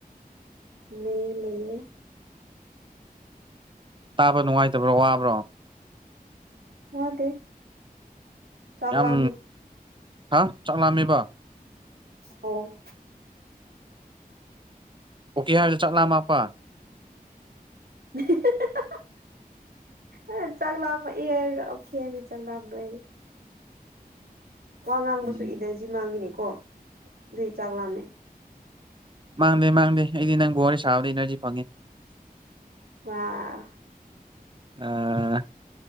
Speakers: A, on the right; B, on the right.
A: ꯅ ꯂꯩꯌꯦ
B: ꯇꯥꯕ ꯅꯨꯡꯉꯥꯏꯇꯕ꯭ꯔꯣ ꯋꯥꯕ꯭ꯔꯣ
A: ꯃꯥꯗꯤ ꯆꯒꯂꯃꯤ
B: ꯌꯥꯝ ꯍꯥ ꯆꯠꯂꯝꯑꯃꯤꯕ
A: ꯑꯣ <inaudible>
B: ꯄꯨꯀꯤꯦ <inaudible> ꯍꯔꯂ ꯆꯠꯂ ꯑꯃꯄ
A: <unintelligible> <inaudible> ꯑ ꯆꯪꯂꯝ ꯏ ꯑꯣꯔ ꯆꯪꯂꯝ ꯂꯩꯏ ꯋꯥ ꯉꯥꯡꯕꯁꯨ
B: ꯎꯝ
A: ꯏꯗꯖꯤ ꯃꯥꯡꯈꯤꯅꯤꯀꯣ ꯑꯗꯨꯏ ꯆꯥꯛ ꯂꯥꯝꯃꯦ
B: ꯃꯥꯡꯗꯦ ꯃꯥꯡꯗꯦ ꯑꯩꯗꯤ ꯅꯪ ꯒ ꯋꯥꯔꯤ ꯁꯥꯕꯗ ꯏꯅꯔꯖꯤ ꯐꯪꯉꯦ ꯑ
A: ꯋꯥ <inaudible>
B: ꯑ